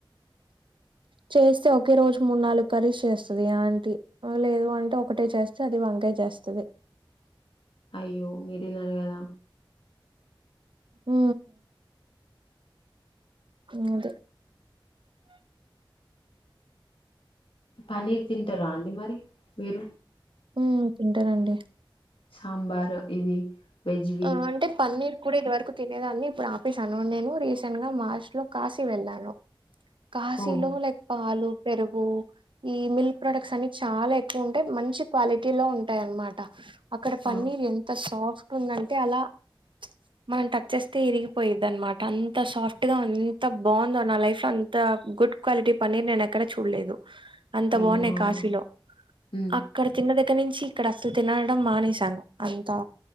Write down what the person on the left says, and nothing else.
అయ్యో మీ తిన్నారు కదా
పన్నీర్ తింటారా అండి మరి మీరు
సాంబార్ ఇవి వెజ్వి
ఓ
ఆ
అయ్యో
ఆ
ఆ ఉమ్